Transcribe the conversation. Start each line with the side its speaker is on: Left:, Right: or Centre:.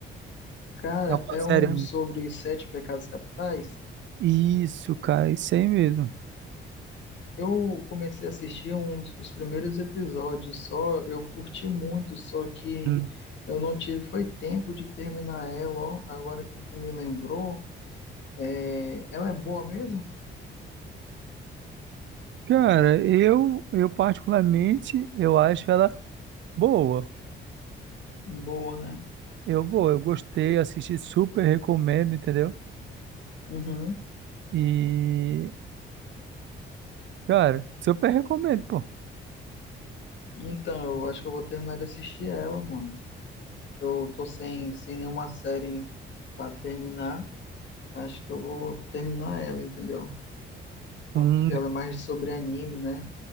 Left: Cara,
Right: É uma
Left: é
Right: série.
Left: um sobre sete pecados capitais.
Right: Isso, cara, isso aí mesmo.
Left: Eu comecei a assistir uns, os primeiros episódios só, eu curti muito, só que
Right: Hum.
Left: eu não tive, foi tempo de terminar ela, ó, agora que tu me lembrou. É, ela é boa mesmo?
Right: Cara, eu, eu particularmente, eu acho ela boa.
Left: Boa, né?
Right: Eu, boa, eu gostei, assisti, super recomendo, entendeu?
Left: Uhum.
Right: E, cara, super recomendo, pô.
Left: Então, eu acho que eu vou terminar de assistir ela, mano. Eu tô sem, sem nenhuma série pra terminar. Acho que eu vou terminar ela, entendeu?
Right: Uhum.
Left: Porque ela é mais sobre anime, né?